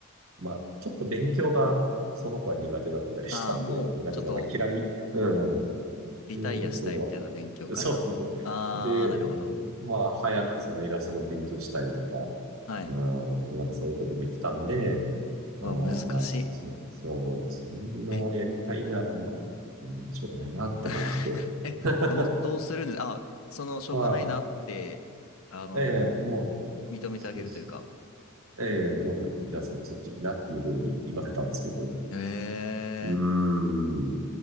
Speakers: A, on the right; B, on the left.
A: まあ、ちょっと勉強がその子は苦手だったりしたんで、
B: ああ、もう、
A: 苦手というか、
B: ちょっと、
A: まあ嫌い、うん、
B: リタイアしたいみたいな勉強から。
A: で、そう、そうそうそう。
B: ああ、
A: で、
B: なるほど。
A: まあ、早くそのイラストの勉強したりとか、
B: はい。
A: うん、なんかそういうことも言ってたんで、あーまあ、
B: うわ、難しい。
A: そそう、そう、そんなやりたいなら、
B: え
A: まあ、うん、しょうがないなって感じで。
B: <laughs> え、
A: <laughs>
B: どう、どうするんですあ、その、しょうがないなって、
A: ま
B: あのー
A: あ、ええもう、
B: 認めてあげるというか。
A: そうそう。ええもう、じゃあ、卒業的なっていうふうに言わせたんですけど
B: へえ。
A: うーん。